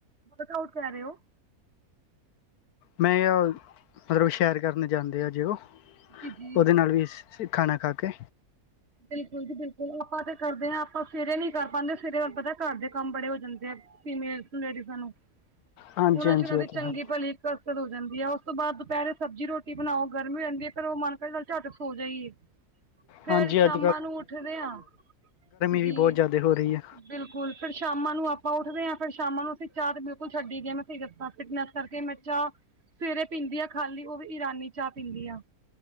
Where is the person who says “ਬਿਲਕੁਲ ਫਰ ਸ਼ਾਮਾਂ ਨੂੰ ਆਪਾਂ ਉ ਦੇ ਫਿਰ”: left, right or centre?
Right